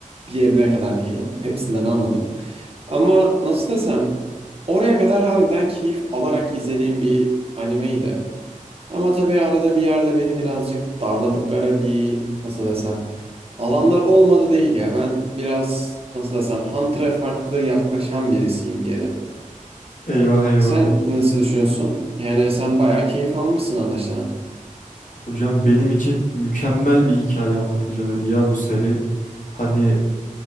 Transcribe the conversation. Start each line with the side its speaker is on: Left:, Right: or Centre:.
Right: Bir yerine kadar diyelim. Hepsinden almadım. Ama nasıl desem oraya kadar harbiden keyif alarak izlediğim bir animeydi. Ama tabii arada bir yerde beni birazcık darladıkları bir nasıl desem alanlar olmadı değil ya. Ben biraz nasıl desem Hunter'a farklı yaklaşan birisiyim diyelim.
Left: Eyvah eyvah.
Right: Sen nasıl düşünüyorsun? Yani sen bayağı keyif almışsın anlaşılan.
Left: Hocam benim için mükemmel bir hikaye anlatıcılığıydı ya bu seri. Hani